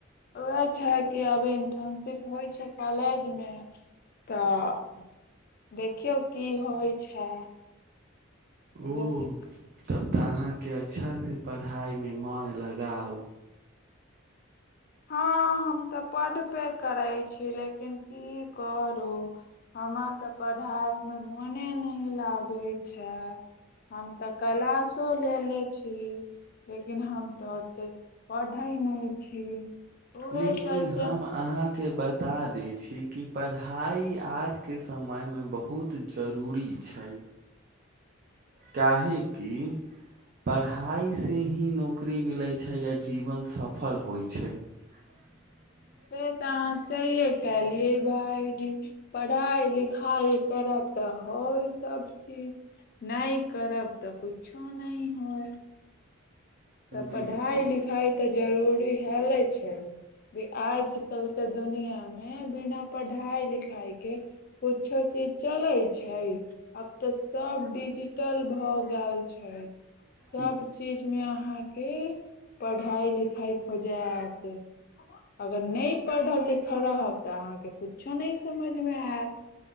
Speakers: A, on the left; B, on the right.
A: उएह छै कि अभी इंटर्नशिप होइ छै कॉलेज में तऽ देखियौ की होइ छै उएह
B: ओ
A: दिक्कत
B: तब तऽ अहाँके अच्छास से पढ़ाइमे मोन लगाउ
A: हँ हम तऽ पढ़बे करै छी लेकिन की करू हमरा त पढ़ाई में मोने न लागे छै हम तऽ क्लशो लेलेे छी लेकिन हम तऽ ओते पढ़ै नहि छी उहे
B: लेकिन
A: चलते
B: हम अहाँके बता दै छी कि पढ़ाई आज के समय में बहुत जरूरी छै काहेेकी पढ़ाइसँ ही नौकरी मिलै छै आओ जीवन सफल होइ छै <inaudible>
A: से तऽ अहाँ सहिए कलियै भायजी पढ़ाइ लिखाइ करब तऽ होइ सभ चीज न करब त कुछो न होय त
B: बिलकुल
A: पढ़ाई लिखाई त जरूरी हए ले छै आजकल के दुनिया मे बिना पढ़ाई लिखाई के कुछो चीज चलै छै आब तऽ सब डिजिटल भए गेल छै सब
B: ई
A: चीज मे अहाँके पढ़ाई लिखाई होइ जैत अगर नइ पढ़ब लिखब रहब त अहाँके कुछो नहि समझ मे आयत